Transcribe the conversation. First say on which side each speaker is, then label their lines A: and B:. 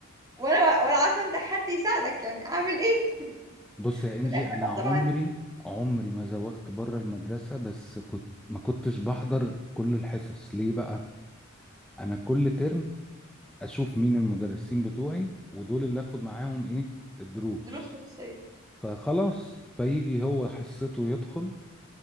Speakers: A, on the right; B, in the centre.
A: وانا وا- ولا عارفه انت حد يساعدك يعني اعمل ايه <laughs>
B: بص يا انجي
A: في الاخر
B: انا
A: بقى
B: عمري
A: طبعا
B: عمري ما زوغت بره المدرسه بس كنت ما كنتش بحضر كل الحصص ليه بقى انا كل ترم اشوف مين المدرسين بتوعي ودول اللي اخد معاهم ايه الدروس
A: دروس خصوصيه
B: فخلاص فيجي هو حصته يدخل